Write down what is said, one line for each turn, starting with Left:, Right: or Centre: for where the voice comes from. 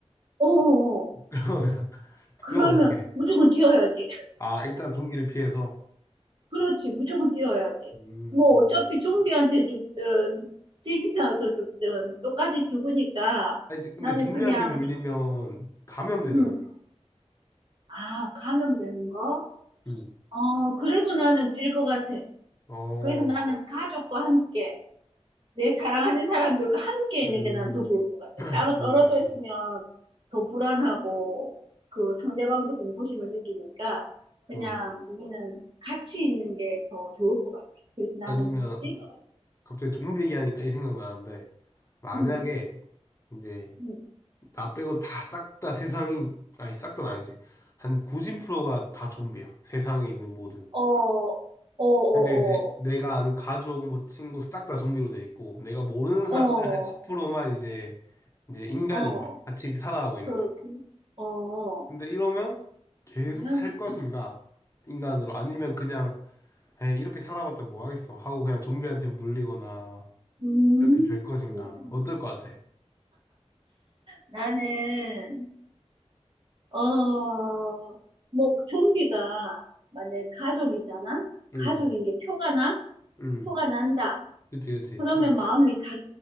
Right: 어, 어.
Left: <laughs>
Right: 그러면
Left: 그럼 어떻게?
Right: 무조건 뛰어야지.
Left: 아, 일단 좀비를 피해서.
Right: 그렇지, 무조건 뛰어야지.
Left: 음.
Right: 뭐 어차피 좀비한테 죽든 지진 나서 죽든 똑같이 죽으니까
Left: 아니, 근데
Right: 나는
Left: 좀비한테
Right: 그냥
Left: 물리면 감염되는
Right: 음,
Left: 거지.
Right: 아, 감염되는 거?
Left: 음.
Right: 어, 그래도 나는 뛸 것 같아.
Left: 어,
Right: 그래서 나는 가족과 함께 내 사랑하는 사람들과 함께 있는
Left: 음,
Right: 게 난 더 좋을 것 같아. 따로
Left: 그건
Right: 떨어져
Left: 그렇지.
Right: 있으면 더 불안하고 그 상대방도 공포심을 느끼니까 그냥
Left: 어.
Right: 우리는 같이 있는 게 더 좋을 것 같아. 그래서 나는
Left: 아니면
Right: 즐거같어
Left: 갑자기 좀비 얘기하니까 이 생각나는데 만약에
Right: 응,
Left: 이제
Right: 응. 어, 음, 음.
Left: 나 빼고 다 싹 다 세상이 아니 싹 다는 아니지 한 90%가 다 좀비야 세상에 있는 모든
Right: 어, 어, 어,
Left: 근데 이제 내가 아는 가족 뭐 친구 싹 다 좀비로 돼 있고 내가 모르는 사람들
Right: 어, 어,
Left: 한 10%만 이제 이제 인간인
Right: 어,
Left: 거야 같이 이제 살아가고 있는
Right: 그렇지.
Left: 거야
Right: 어,
Left: 근데 이러면 계속
Right: 그러면,
Left: 살 것인가 인간으로 아니면 그냥 에 이렇게 살아봤자 뭐 하겠어 하고 그냥 좀비한테 물리거나
Right: 음,
Left: 이렇게 될 것인가
Right: 음,
Left: 어떨 것 같아
Right: 나는 어, 뭐, 좀비가 만약에 가족이잖아?
Left: 응
Right: 가족인 게 표가 나?
Left: 응
Right: 표가 난다.
Left: 그치 그치
Right: 그러면
Left: 표현
Right: 마음이 다,